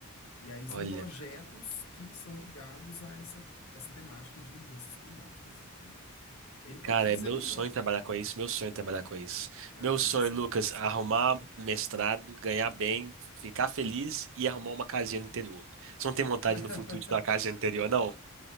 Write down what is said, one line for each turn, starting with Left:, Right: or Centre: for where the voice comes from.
Left: E aí são
Right: Olha,
Left: projetos que são ligados a essa, essa temática de mudanças climáticas, entendeu? Ele pode
Right: cara,
Left: te dizer
Right: é meu
Left: melhor.
Right: sonho trabalhar com isso, meu sonho é trabalhar com isso.
Left: Ai,
Right: Meu
Left: que
Right: sonho,
Left: maçã.
Right: Lucas, é arrumar um mestrado, ganhar bem, ficar feliz e arrumar uma casinha no interior. Você não tem vontade
Left: <laughs>
Right: no futuro de ter uma casinha no interior, não?